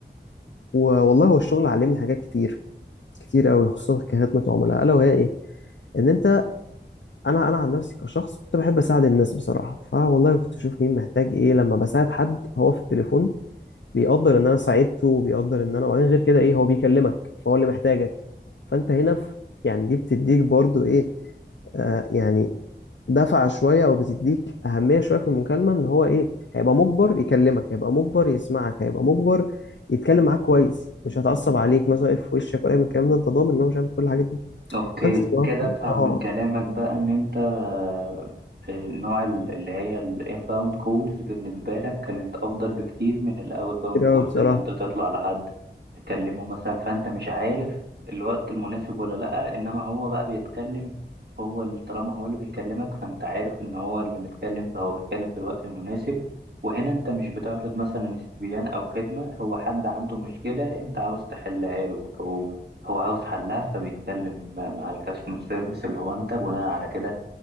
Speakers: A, on the left (about 80°); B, on the right (about 60°).
A: والله هو الشغل علمني حاجات كتير كتير قوي خصوصا كخدمة عملاء الا وهي ايه ان انت انا انا عن نفسي كشخص كنت بحب اساعد الناس بصراحه فوالله كنت اشوف مين محتاج ايه لما بساعد حد هو في التليفون بيقدر ان انا ساعدته وبيقدر ان انا وبعدين غير كده ايه هو بيكلمك فهو اللي محتاجك فانت هنا في يعني دي بتديك برضو ايه آه يعني دفعه شويه او بتديك اهميه شويه في المكالمه ان هو ايه هيبقى مجبر يكلمك هيبقى مجبر يسمعك هيبقى مجبر يتكلم معاك كويس مش هتعصب عليك مثلا يقف في وشك ولا أي من الكلام ده انت ضامن ان هو مش هيعمل كل الحاجات دي
B: اوكي
A: فانت تبقى
B: كده افهم
A: اه
B: من كلامك بقى ان انت آه، النوع ال- اللي هي الانباوند كولز بالنسبة لك كانت افضل بكتير من الاوت باوند
A: كتير
B: كولز
A: قوي بصراحه
B: ان انت تطلع لحد تكلمه مثلا فانت مش عارف الوقت المناسب ولا لا انما هو بقى بيتكلم هو ال- طالما هو اللي بيكلمك فانت عارف ان هو اللي متكلم فهو بيتكلم في الوقت المناسب وهنا انت مش بتعرض مثلا استبيان او خدمة هو حد عنده مشكلة انت عاوز تحلها له او هو عاوز حلها فبيتكلم مع الكاستمر سيرفيس اللي هو انت بناء على كده